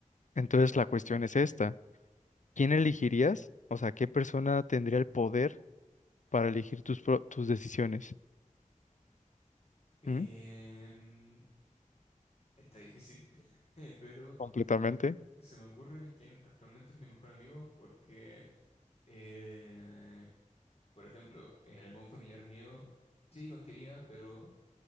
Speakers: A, on the left (about 65°); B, on the left (about 50°).
A: Entonces la cuestión es esta, ¿quién elegirías? O sea, ¿qué persona tendría el poder para elegir tus, pro- tus decisiones?
B: Em,
A: ¿Mm?
B: está difícil, <laughs> pero
A: Completamente.
B: se me ocurre quién actualmente es mi mejor amigo porque, eh, por ejemplo, en algún familiar mío sí confiaría, pero